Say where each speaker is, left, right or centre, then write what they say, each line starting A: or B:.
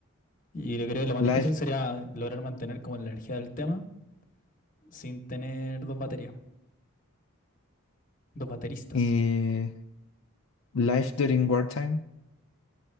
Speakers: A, on the left (about 40°); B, on the left (about 65°).
A: Y yo creo que lo más
B: Life
A: difícil sería lograr mantener como la energía del tema sin tener dos baterías, dos bateristas.
B: y Life During Wartime.